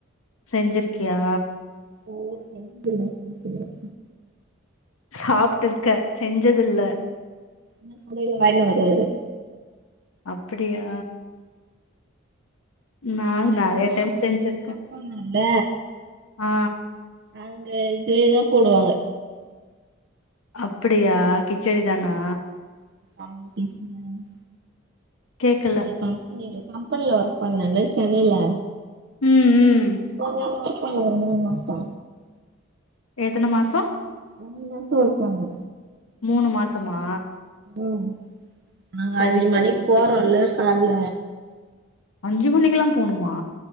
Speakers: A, on the left; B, on the right.
A: செஞ்சுருக்கியா
B: அவ்ளவா செஞ்சதுல்ல <inaudible>
A: சாப்ட்டு இருக்க செஞ்சது இல்ல
B: அ குடையில வாங்கினு வருவாரு
A: அப்புடியா நான்
B: அது
A: நெறைய
B: மாரி
A: டைம்
B: ஆபீஸ்ல
A: செஞ்சுருக்கே
B: நம்ம ஒர்க் பண்ணோல்ல
A: ஆ
B: அங்க இதுவே தா போடுவாங்க
A: அப்புடியா கிச்சடி தானா
B: ஆமா <unintelligible>
A: கேக்கல
B: கம்பெனில கம்பெனில ஒர்க் பண்ணேல சென்னைல
A: ம் ம்
B: அமா ஒரு ரெண்டு மூனு மாசொ
A: எத்தன மாசொ
B: <inaudible> மாசொ ஒர்க் பண்ணே
A: மூனு மாசமா
B: ம் நாங்க
A: சரி
B: அஞ்சு
A: சரி
B: மணிக்கு போறோல்ல கால்ல
A: அஞ்சு மணிக்குல்லா போணுமா